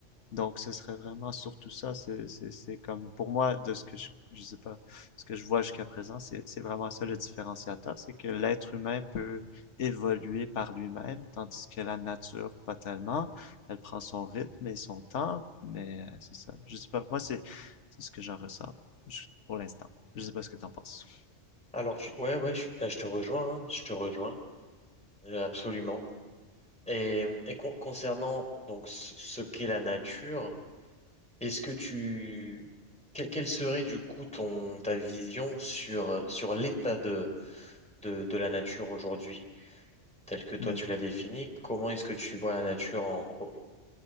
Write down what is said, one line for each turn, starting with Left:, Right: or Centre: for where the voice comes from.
Left: donc ce serait vraiment surtout ça, c'est, c'est, c'est comme pour moi de ce que je, je sais pas, ce que je vois jusqu'à présent, c'est, c'est vraiment ça le différenciateur, c'est que l'être humain peut évoluer par lui-même, tandis que la nature pas tellement, elle prend son rythme et son temps, mais euh, c'est ça, je sais pas, moi c'est, c'est ce que j'en ressens je- pour l'instant, je sais pas ce que t'en penses.
Centre: Alors, je, ouais, ouais, je, bah, je te rejoins, hein, je te rejoins, euh, absolument. Et, et con- concernant donc ce, ce qu'est la nature, est-ce que tu, que- quelle serait du coup ton ta vision sur euh, sur l'état de, de de la nature aujourd'hui, tel que toi
Left: Hmm.
Centre: tu l'as défini Comment est-ce que tu vois la nature en, au-